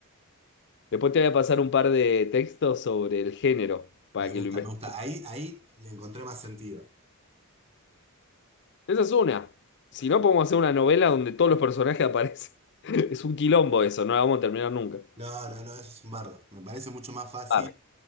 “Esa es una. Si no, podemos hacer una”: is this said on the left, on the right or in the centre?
Left